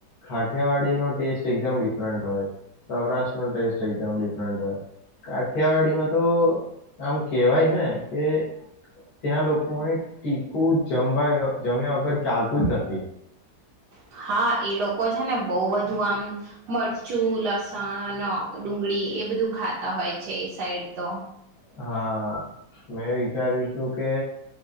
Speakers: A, on the left; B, on the right.
A: ખાઠિયાવાડીનો ટેસ્ટ એકદમ ડિફરન્ટ હોય. સૌરાષ્ટ્રનો ટેસ્ટ એકદમ ડિફરન્ટ હોય. કાઠિયાવાડીમાં તો આમ કેવાય ને કે ત્યાં લોકોને ટીકું જમવા જમ્યા વગર ચાલતું જ નથી.
B: હા, એ લોકો છે ને બહ બધું આમ મરચું લસણ અને ડુંગળી એ બધું ખાતા હોય છે એ સાઈડ તો.
A: હા. મેં એ વિચાર્યું છું કે